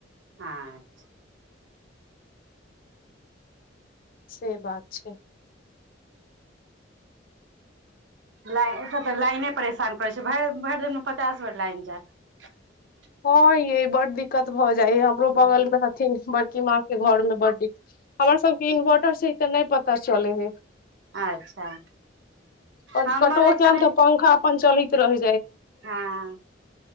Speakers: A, on the right; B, on the left.
A: हाँ च्छा
B: से बात छै
A: लाइ एतय तऽ लाइने परेशान करय छै भै भरि देिनमे पचास बेर लाइन जाएत
B: हँ यै बड्ड दिक्कत भऽ जाइ हइ हमरो
A: जायत
B: बगलमे हथिन बड कि माँ के घरमे बड्ड दिक्क हमर सबके इन्वर्टर से तऽ नहि पता चलय हइ
A: अच्छा
B: पन
A: हमर
B: कटो
A: एखन
B: जाएम तऽ पंखा अपन चलैत रहै
A: हँ